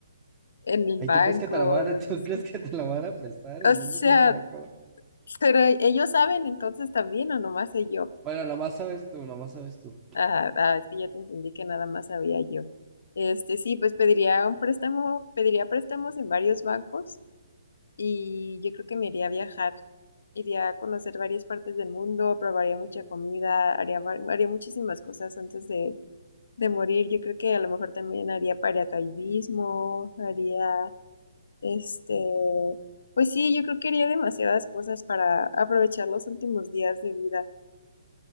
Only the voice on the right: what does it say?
Ay,
¿tú crees que te la van
a, <laughs> tú
crees que te la van a prestar? El
mundo ya se va a acabar.
Bueno, nomás sabes tú, nomás sabes tú.